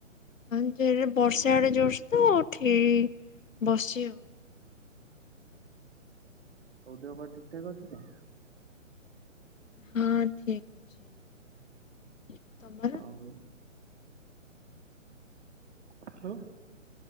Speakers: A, on the left; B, on the right.
A: ହଁ ଜୋରେ ବର୍ଷା ଇଆଡେ ଜୋର ସେ ତ ଉଠି ବସିଚି ଆଉ।
B: ସବୁ ଦେହପା ଠିକ ଠାକ ଅଛି ତ?
A: ହଁ ଠିକ ଅଛି, ତମର?
B: ହଁ। ଆଉ?